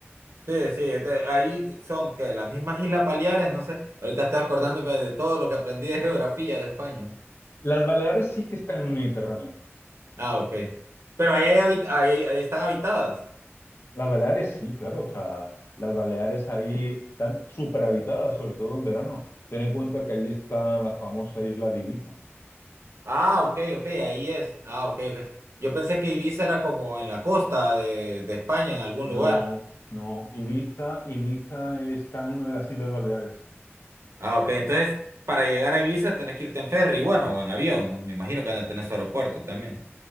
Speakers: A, on the right (about 70°); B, on the left (about 55°).
A: Sí, sí, este, ahí son que las mismas Islas Baleares, no sé, ahorita estoy acordándome de todo lo que aprendí de geografía de España.
B: Las Baleares sí que están en el Mediterráneo.
A: Ah, ok. Pero ahí, hay habi- ahí, ahí están habitadas.
B: Las Baleares sí, claro, o sea, las Baleares ahí están súper habitadas, sobre todo en verano. Ten en cuenta que ahí está la famosa isla de Ibiza.
A: Ah, ok, ok, ahí es. Ah, ok, ok. Yo pensé que Ibiza era como en la costa de, de España, en algún
B: No,
A: lugar.
B: no, Ibiza, Ibiza está en una de las Islas Baleares.
A: Ah, ok. Entonces, para llegar a Ibiza tenés que irte en ferry, bueno, o en avión. ¿no? Me imagino que van a tener su aeropuerto también.